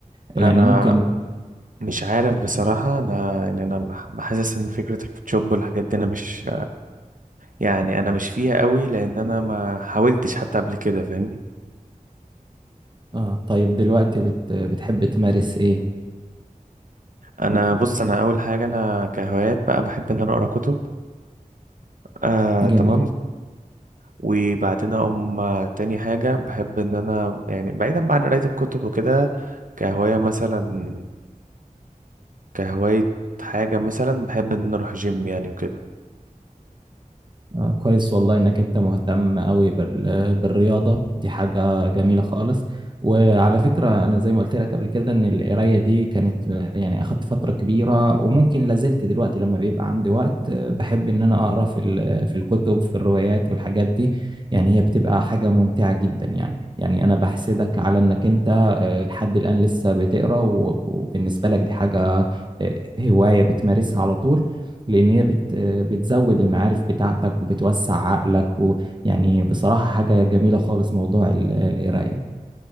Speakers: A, on the right (about 35°); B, on the right (about 70°).
A: يعني
B: انا
A: ممكن
B: مش عارف بصراحة انا ان انا بح- بحسس ان فكرة الفوتوشوب والحاجات دي انا مش يعني انا مش فيها قوي لان انا ما حاولتش حتى قبل كده فاهمني
A: آه طيب دلوقتي بت بتحب تمارس إيه؟
B: انا بص انا اول حاجة انا كهوايات بقى بحب ان انا اقرا كتب آه تمام
A: جميل
B: وبعدين اقوم آه، تاني حاجة بحب ان انا يعني بعيدا بقى عن قراية الكتب وكده كهواية مثلا كهواية حاجة مثلا بحب ان انا اروح جيم يعني وكده
A: آه، كويس والله انك انت مهتم قوي بال- بالرياضه دي حاجه جميله خالص وعلى فكره انا زي ما قلت لك قبل كده ان القرايه دي كانت آه، يعني اخدت فتره كبيره وممكن لازلت دلوقتي لما بيبقى عندي وقت آه، بحب ان انا اقرا في ال- في الكتب في الروايات والحاجات دي يعني هي بتبقى حاجه ممتعه جدا يعني يعني انا بحسدك على انك انت آه، لحد الان لسه بتقرا و- وبالنسبه لك دي حاجه آه، هوايه بتمارسها على طول لان هي بت بتزود المعارف بتاعتك وبتوسع عقلك ويعني بصراحة حاجة جميلة خالص موضوع ال- القراية ده